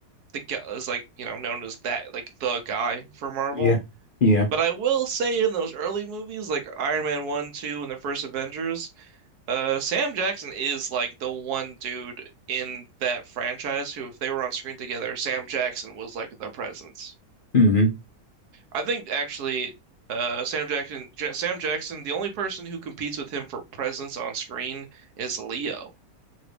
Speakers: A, on the right (about 80°); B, on the left (about 50°).
A: the guy is like you know known as that like the guy for Marvel.
B: Yeah. Yeah.
A: But I will say in those early movies like Iron Man 1, 2, and the first Avengers, Uh, Sam Jackson is like the one dude in that franchise who, if they were on screen together, Sam Jackson was like the presence.
B: hmm
A: I think actually, uh, Sam Jackson, Ja Sam Jackson, the only person who competes with him for presence on screen is Leo.